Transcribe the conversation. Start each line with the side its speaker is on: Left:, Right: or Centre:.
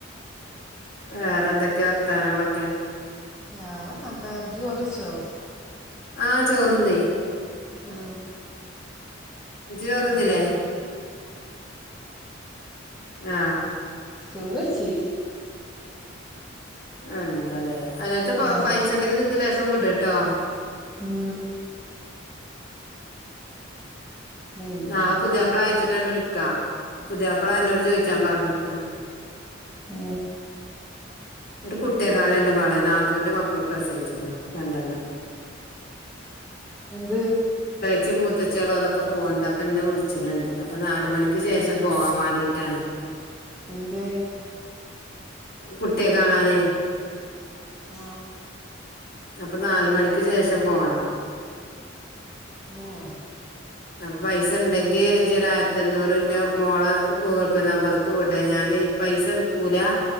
Left: വേറെ എന്തൊക്കെയ വർത്താനങ്ങളൊക്കെ
Centre: വേറെഎന്താ ക്കെ ഇജ് ചോറ് വയിച്ചോ
Left: ആ ചോറ് ന്നു
Centre: ആ
Left: ഇജ്ജ് ചോറ്ന്നില്ലേ
Centre: ഉം
Left: ആ
Centre: ചോറ് വെയിച്ച്
Left: എന്താലേ അന്റത്ത്
Centre: ഉം
Left: പൈസ ഉണ്ടെങ്കിൽ ഇതിക്ക് ലോസം വിട്ട്ടോ
Centre: ഉം പിന്നെ
Left: നാളെ പുതിയപ്പള അയച്ചിട്ടണ്ട് എടുക്കാ പുതിയപ്പിള അന്നോട് ചോയിച്ചാൻ പറഞ്ഞിക്കാ
Centre: ഏ
Left: ഒരു കുട്ടിയെക്കാണൽ ഉണ്ട് മാളെ നാത്തുവിൻന്റെ മക്കൾ പ്രസവിച്ച്ക്ക്ണ് രണ്ടെണ്ണം
Centre: എന്ത്
Left: ഇളച്ചിമൂത്തച്ചീയോള് ഒലൊക്കെ പോകണ്ട് അപ്പൊ എന്നെ വിളിച്ചിണുഉണ്ട് അപ്പൊ നാല് മണിക്ക് ശേഷം പോകാൻ വേണ്ടിട്ടാണ്
Centre: എന്ത്
Left: കുട്ടിയെ കാണാനേ
Centre: ആ
Left: അപ്പൊ നാല്മണിക്ക് ശേഷം പോണം
Centre: ന്നെ
Left: അപ്പൊ പൈസ ഉണ്ടെങ്കി ൽ ഇജ്ഒരു ആയിരത്തി അഞ്ഞൂറിന്റെ മോള ഗൂഗിൾ
Centre: ആഹ്
Left: പേ നമ്പർക്ക് വിടെഞാൻ പൈസ എടുക്കൂല